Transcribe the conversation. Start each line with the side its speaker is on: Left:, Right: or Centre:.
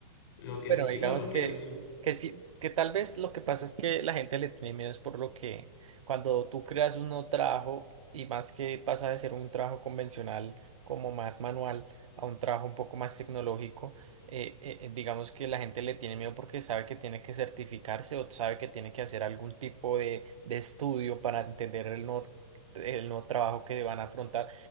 Left: Lo que
Right: Bueno,
Left: sí
Right: digamos
Left: yo no quiero.
Right: que, que sí, que tal vez lo que pasa es que la gente le tiene miedo es por lo que cuando tú creas un nuevo trabajo y más que pasa de ser un trabajo convencional como más manual a un trabajo un poco más tecnológico, eh, eh, eh, digamos que la gente le tiene miedo porque sabe que tiene que certificarse o sabe que tiene que hacer algún tipo de, de estudio para entender el nuevo, el nuevo trabajo que van a afrontar.